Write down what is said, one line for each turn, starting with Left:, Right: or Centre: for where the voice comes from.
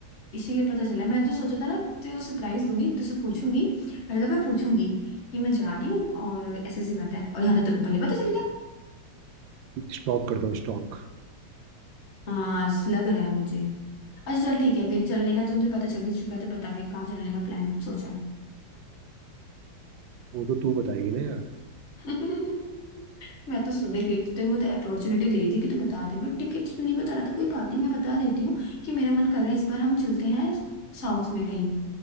Left: इसीलिए पता चला मैं तो सोचा था ना तुझे सरप्राइज दूंगी तुझसे पूछूंगी पहले तो मैं पूछूंगी कि मैं जा रही हूँ और ऐसे ऐसी बात है और यहाँ तो तेरे को पहले पता चल गया
Right: स्टॉक करता हूँ स्टॉक
Left: हाँ लग रहा है मुझे अच्छा चल ठीक है फिर चलने का तुझे पता चल ही चुका है तो बता फिर कहाँ चलने का प्लान सोचा है
Right: वो तो तू बताएगी ना यार
Left: <laughs> मैं तो सुबह देखती तो वो तो अपॉर्चुनिटी दे रही थी कि तू बता दे पर टिकट नहीं बता रहा था कोई बात नहीं मैं बता देती हूँ कि मेरा मन कर रहा है इस बार हम चलते हैं साउथ में कहीं